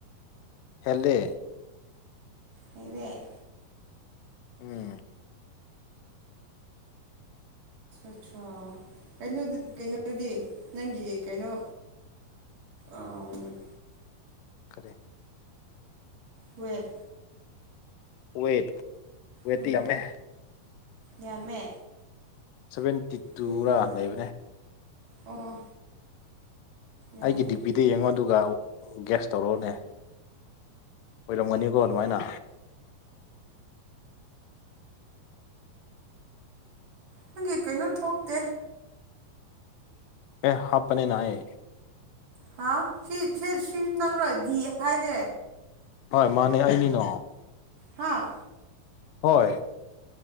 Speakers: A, on the left; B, on the right.
A: ꯍꯦꯂꯦ
B: ꯐꯂ <unintelligible>
A: ꯎꯝ
B: ꯏꯠꯁꯣ ꯀꯩꯅꯣꯗ ꯀꯩꯅꯣꯗꯤ ꯅꯪꯒꯤ ꯀꯩꯅꯣ ꯑꯝ
A: ꯀꯔꯤ
B: ꯋꯦꯠ
A: ꯋꯦꯠ ꯋꯦꯠꯇꯤ
B: ꯎꯝ
A: ꯌꯥꯝꯃꯦ
B: ꯌꯥꯝꯃꯦ
A: ꯁꯚꯦꯟꯇꯤ ꯇꯨꯔ
B: ꯑꯩ
A: ꯂꯩꯕꯅꯦ
B: ꯑꯣ ꯌꯥꯏ
A: ꯑꯩꯒꯤ ꯗꯤꯄꯤꯗ ꯌꯦꯡꯉꯣ ꯑꯗꯨꯒ ꯒꯦꯁ ꯇꯧꯔꯛꯑꯣꯅꯦ ꯑꯣꯏꯔꯝꯒꯅꯤꯀꯣ ꯑꯗꯨꯃꯥꯏꯅ
B: ꯅꯪꯒꯤ ꯀꯩꯅꯣ ꯊꯣꯛꯇꯦ
A: ꯑꯦ ꯍꯥꯞꯄꯅꯦꯅ ꯅꯥꯍꯩ
B: ꯍꯥ ꯁꯤ ꯁꯤ ꯁꯤ ꯅꯪꯔ ꯗꯤ ꯍꯥꯏꯁꯦ
A: ꯍꯣꯏ ꯃꯥꯅꯦ ꯑꯩꯅꯤꯅ
B: ꯍꯥꯥ
A: ꯍꯣꯏ